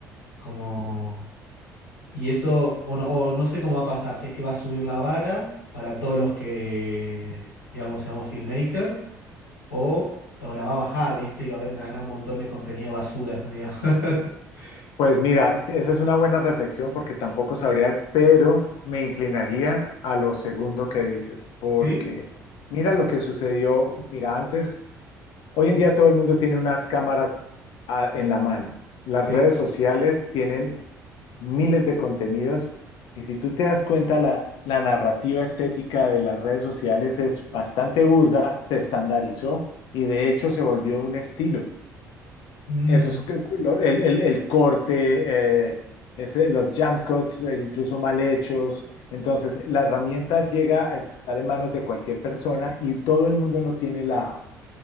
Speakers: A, on the left (about 85°); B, on the left (about 55°).
A: Como... Y eso, o no, o no sé cómo va a pasar, si es que va a subir la vara para todos los que, digamos, seamos filmmakers, o, o la va a bajar, ¿viste? Y va a haber nada, un montón de contenido basura, digamos. <laughs>
B: Pues mira, esa es una buena reflexión porque tampoco sabría, pero me inclinaría a lo segundo que dices, porque
A: ¿Sí?
B: mira lo que sucedió, mira, antes Hoy en día todo el mundo tiene una cámara a- en la mano. Las
A: Sí.
B: redes sociales tienen miles de contenidos y si tú te das cuenta, la, la narrativa estética de las redes sociales es bastante burda, se estandarizó y de hecho se volvió un estilo.
A: Mm,
B: Eso es que- lo- el, el- el corte, eh, ese- los jump cuts, eh, incluso mal hechos. Entonces, la herramienta llega a estar en manos de cualquier persona y todo el mundo no tiene la